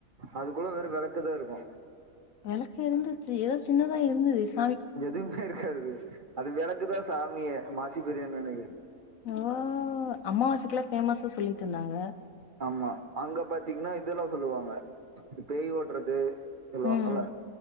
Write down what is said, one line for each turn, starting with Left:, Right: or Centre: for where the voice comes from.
Right: அதுக்குல்ல வெறு வெளக்குதா இருக்கு
Left: வெளக் இருந்துச்சு எதோ சின்னதா இருந்துஸ்
Right: எதுமே இருக்காது அது விளக்குதா சாமியே மாசி பெரியண்ணனுக்கு
Left: ஓ அம்மாவாசைக்குலா பேமஸ்ஸு சொல்லிட்ருந்தாங்க
Right: ஆமா அங்க பாத்தீங்னா இதெல்லா சொல்லுவாங்க பேய் ஓட்ற து சொல்லுவாங்கள
Left: ம்